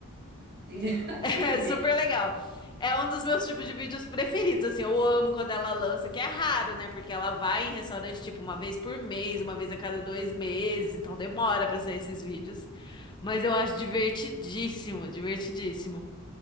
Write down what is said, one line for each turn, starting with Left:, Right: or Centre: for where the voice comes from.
Right: <laughs>
Left: <laughs> É
Right: que resenha.
Left: super legal. É um dos meus tipos de vídeos preferidos, assim, eu amo quando ela lança, que é raro, né? Porque ela vai em restaurante, tipo, uma vez por mês, uma vez a cada dois meses, então demora pra sair esses vídeos. Mas eu acho divertidíssimo, divertidíssimo.